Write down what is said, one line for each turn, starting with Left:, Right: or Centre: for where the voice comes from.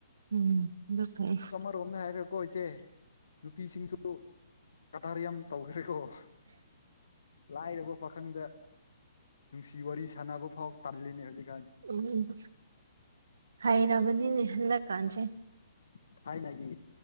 Right: ꯎꯝ ꯑꯗꯨ ꯐꯩꯌꯦ
Left: ꯇꯣꯝꯅ ꯍꯥꯏꯔꯒꯀꯣ ꯏꯆꯦ ꯅꯨꯄꯤꯁꯤꯡꯁꯨ ꯀꯗꯥꯔ ꯌꯥꯝ ꯇꯧꯈ꯭ꯔꯦꯀꯣ <inaudible> ꯂꯥꯏꯔꯕ ꯄꯥꯈꯪꯗ ꯅꯨꯡꯁꯤ ꯋꯥꯔꯤ ꯁꯥꯟꯅꯕ ꯐꯥꯎ ꯇꯜꯂꯤꯅꯦ ꯍꯧꯖꯤꯛ
Right: ꯎꯝ ꯍꯩꯅꯕꯅꯤꯅꯦ ꯍꯜꯂ ꯀꯥꯟꯁꯦ
Left: ꯑꯁ ꯊꯥꯏꯅꯒꯤ